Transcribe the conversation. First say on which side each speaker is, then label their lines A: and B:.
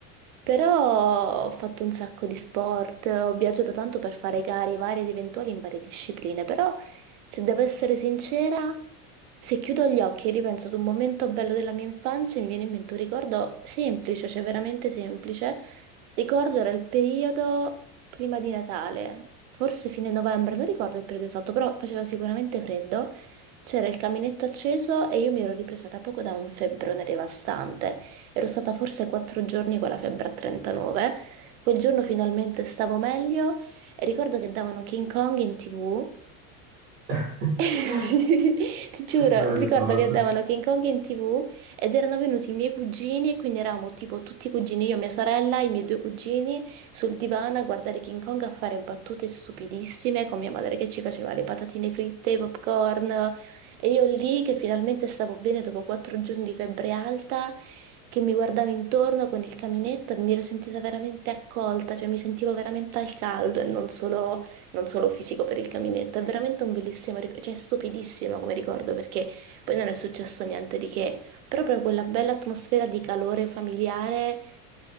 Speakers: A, on the right; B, on the right.
A: Però ho fatto un sacco di sport, ho viaggiato tanto per fare gare varie ed eventuali in varie discipline, però se devo essere sincera, se chiudo gli occhi e ripenso ad un momento bello della mia infanzia, mi viene in mente un ricordo semplice, cioè veramente semplice Ricordo era il periodo prima di Natale, forse fine novembre, non ricordo il periodo esatto, però faceva sicuramente freddo. C'era il caminetto acceso e io mi ero ripresa da poco da un febbrone devastante. Ero stata forse quattro giorni con la febbre a 39. Quel giorno finalmente stavo meglio e ricordo che davano King Kong in TV
B: <laughs>
A: <laughs> Eh,
B: Me
A: Sì, ti giuro,
B: lo
A: ti
B: ricordo.
A: ricordo che davano King Kong in TV ed erano venuti i miei cugini e quindi eravamo tipo tutti i cugini, io, mia sorella, i miei due cugini sul divano a guardare King Kong a fare battute stupidissime con mia madre che ci faceva le patatine fritte, i popcorn e io lì che finalmente stavo bene dopo quattro giorni di febbre alta che mi guardavo intorno con il caminetto e mi ero sentita veramente accolta, cioè mi sentivo veramente al caldo e non solo, non solo fisico per il caminetto. È veramente un bellissimo, ric- cioè è stupidissimo come ricordo perché poi non è successo niente di che, però proprio quella bella atmosfera di calore familiare,